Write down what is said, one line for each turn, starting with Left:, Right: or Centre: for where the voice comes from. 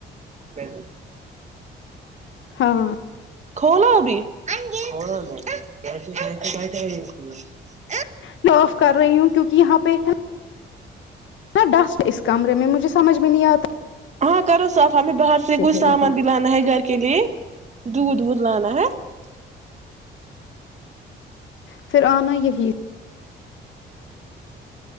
Right: بیک <unintelligible>
Left: ہاں <unintelligible>
Right: کھولا ابھی کھولا <unintelligible> ہ <inaudible>
Left: میں آف کر رہی ہوں کیونک یہاں پہ ہ ڈسٹ اس کمرے میں مجھے سمجھ میں نہیں آتا
Right: ہاں کرو <unintelligible> صافا میں باہر سے کوچھ
Left: ہے
Right: سامان
Left: یہاں
Right: بھی لانا ہے گھر کے لیے دودھ وھ لانا ہے <unintelligible>
Left: پھر آنا یہی